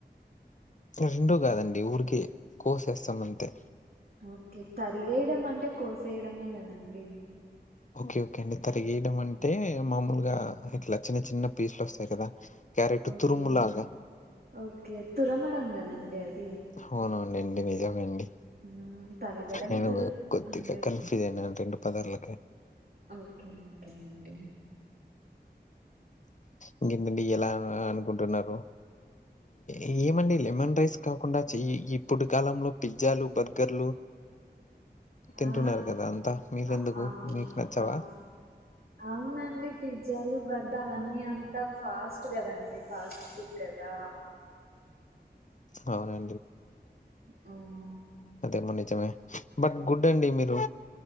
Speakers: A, on the left; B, on the right.
A: రెండూ కాదండి ఊరికే కోసేస్తామంతే
B: ఓకే తరిగేయడం అంటే కోసేయడమే కదండి
A: ఓకే ఓకే అండి తరిగేయడం అంటే మామూలుగా ఇట్లా చిన్న చిన్న పీస్లు వస్తాయి కదా క్యారెట్
B: ఓకే
A: తురుములాగా.
B: ఓకే తురమడం లేదండి అది
A: అవును అవునులెండి నిజమే అండి
B: మ్ తరగడం
A: నేను
B: తుర
A: ఒక కొద్దిగా
B: అదే
A: కన్ఫ్యూజ్ అయినాను రెండు పదర్లకీ
B: ఓకే ఓకే అండి
A: ఇంకేంటాండిఇయాల అనుకుంటున్నారు ఎం ఏమండి లెమన్ రైస్ కాకుండా చెయ్యి ఇప్పుడు కాలంలో పిజ్జాలు బర్గర్లు తింటున్నారు
B: ఆ
A: కదా అంతా మీకెందుకు
B: అ అవును
A: మీకు నచ్చవా
B: అవు అవునండి పిజ్జాలు బర్దా అవన్నీ ఇవంతా ఫాస్ట్ కదండి ఫాస్ట్ ఫుడ్ కదా
A: అవునా
B: ఆ ఓ
A: అదేమో నిజమే బట్ గుడ్ అండి మీరు